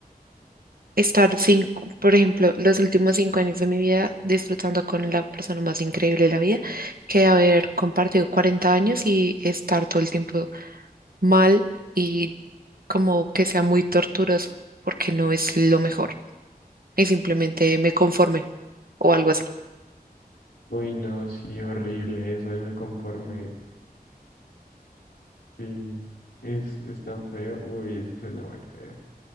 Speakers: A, on the right; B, on the left.
A: estar cinco, por ejemplo, los últimos cinco años de mi vida disfrutando con la persona más increíble de la vida que haber compartido 40 años y estar todo el tiempo mal y como que sea muy torturoso porque no es lo mejor y simplemente me conforme o algo así.
B: Uy, no, sí, horrible, eso de me conformé. Sí, es, es tan feo. Uy, eso suena muy feo.